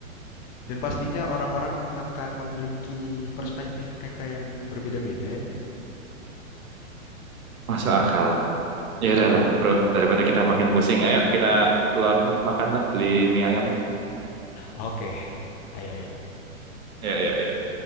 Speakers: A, on the left; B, on the right.
A: Dan pastinya orang-orang akan memiliki perspektif mereka yang berbeda-beda ya.
B: Masuk akal. Ya udahlah, bro. Daripada kita makin pusing, ayo kita keluar lah, makan lah, beli mie ayam lah.
A: Oke, ayo ayo.
B: Ya, ya, ya.